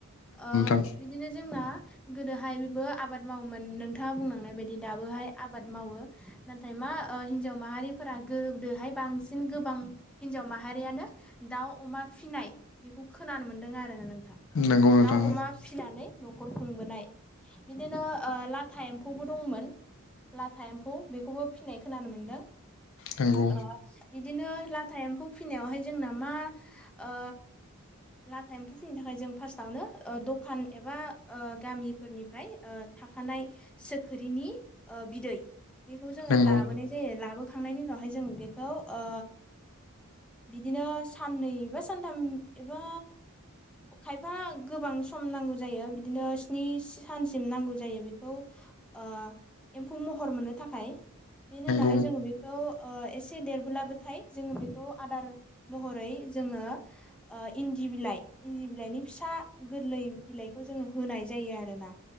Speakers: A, in the centre; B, on the left.
A: ओ
B: नोंथां
A: बिदिनो जोंना गोदोहाय बेबो आब बाद मावोमोन नोंथाङा बुंलांनाय बायदि दाबोहाय आबाद मावो नाथाय मा ओ हिनजाव माहारिफोरा आ गोदोहाय बांसिन गोबां हिनजाव माहारियानो दाउ अमा फिसिनाय बेखौ खोनानो मोन्दों आरोना नों
B: नंगौ नोंथां
A: दाव अमा फिसिनानै न'खर खुंबोनाय बिदिनो ओ ला था एम्फौबो दंमोन लाथा एम्फौ बेखौबो फिनायख खोनानो मोनदों
B: नंगौ
A: ओ बिदिनो लाथा एम्फौ फिनायावहाय जोंना मा ओ लाथा एम्फौ फिनो थाखाय जों फार्स्टआवनो द'खान एबा ओ गामिफोरनिफ्राय ओ थाखानाय सोखिरिनि ओ बिदै बेखौ जोङो
B: नंगौ
A: लाबोनाय जायो लाबो खांनायनि उनावहाय जों बेखौ ओ बिदिनो साननै बा सानथाम एबा खायफा गोबां सम नांगौ जायो बिदिनो स्नि सानस <unintelligible> नांगौ जायो बेखौ ओ एम्फौ महर मोननो थाखाय। बेनि उनावहाय
B: औ
A: जोङो बेखौ ओ एसे देरबोलाबोथाय जोङो बेखौ आदार महरै जोङो ओ इन्दि बिलाइ इन्दि बिलाइनि फिसा गोरलै बिलाइखौ जोङो होनाय जायो आरोना।